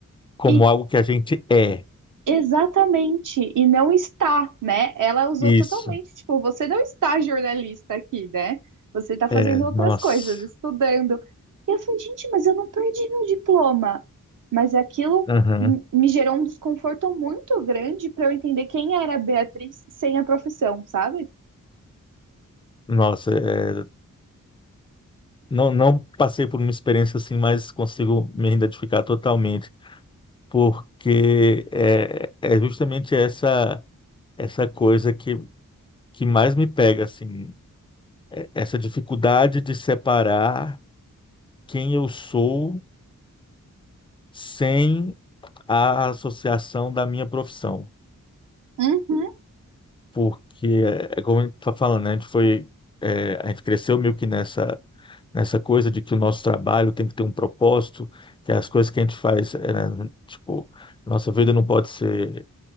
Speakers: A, on the left; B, on the right.
A: Como
B: E
A: algo que a gente é.
B: exatamente, e não está, né? Ela usou
A: Isso.
B: totalmente, tipo, você não está jornalista aqui, né? Você está fazendo
A: É,
B: outras
A: nossa.
B: coisas, estudando. E eu falei, gente, mas eu não perdi meu diploma. Mas aquilo
A: Aham.
B: m- me gerou um desconforto muito grande para eu entender quem era a Beatriz sem a profissão, sabe?
A: Nossa, é, Não, não passei por uma experiência assim, mas consigo me identificar totalmente, porque é, é justamente essa essa coisa que, que mais me pega, assim, é- essa dificuldade de separar quem eu sou sem a associação da minha profissão,
B: Uhum,
A: porque é é como a gente está falando, né, a gente foi é, a gente cresceu meio que nessa nessa coisa de que o nosso trabalho tem que ter um propósito, que as coisas que a gente faz, é, né, tipo, nossa vida não pode ser,